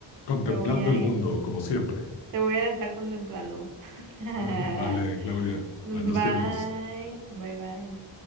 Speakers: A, on the left; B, on the right.
A: Contemplando
B: Me voy a
A: el
B: ir.
A: mundo, como siempre.
B: Te voy a dejar contemplando. <laughs>
A: <laughs> Vale, Claudia,
B: Bye,
A: buenos tiempos.
B: bye, bye.